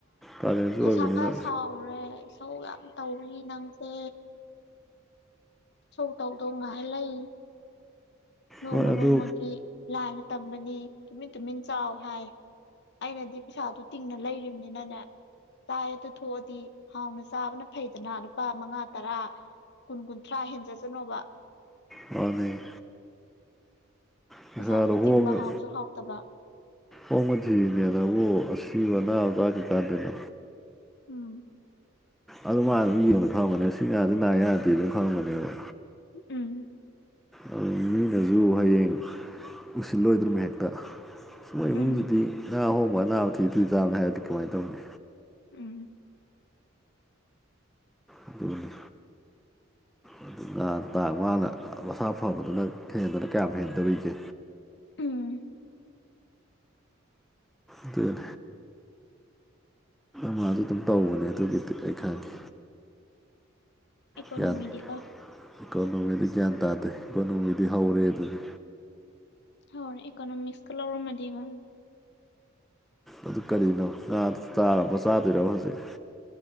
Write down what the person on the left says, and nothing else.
ꯉꯁꯥꯏ
ꯈꯔꯥ ꯁꯧꯔꯨꯔꯦ ꯊꯧ ꯌꯥꯝ ꯇꯧꯏ ꯅꯪꯁꯦ <unintelligible> ꯅꯣꯡꯃ
ꯅꯣꯡꯃꯒꯤ ꯂꯥꯏꯅ ꯇꯝ ꯕꯥꯥ ꯅꯤ ꯇꯨꯃꯤꯟ ꯇꯨꯃꯤꯟ ꯆꯥꯎ ꯍꯥꯏ ꯑꯩꯅꯗꯤ ꯄꯩꯁꯥꯗꯨ ꯇꯤꯡꯅ ꯂꯩꯔꯤꯕꯅꯤꯅꯅꯦ ꯆꯥꯏ ꯑꯗꯨ ꯊꯣꯛꯑꯗꯤ ꯍꯥꯎꯅ ꯆꯥꯕꯅ ꯐꯩꯗꯅ ꯂꯨꯄꯥ ꯃꯉꯥ ꯇꯔꯥ ꯀꯨꯟ ꯀꯨꯟꯊ꯭ꯔꯥ ꯍꯦꯟꯖ ꯖꯅꯣꯕ
ꯄꯩꯁꯥꯖꯨ
ꯇꯤꯡꯕ ꯍꯥꯎꯁꯨ ꯍꯥꯎꯇꯕ
ꯎꯝ
ꯎꯝ
ꯎꯝ
ꯎꯝ
ꯎꯝ
ꯏꯀꯣꯅꯣꯃꯤꯗꯤ
ꯀꯣ
ꯍꯔ ꯑꯦꯀꯣꯅꯃꯤꯛꯁ ꯀ ꯂ ꯂꯧꯔ ꯃꯗꯤ ꯀꯣ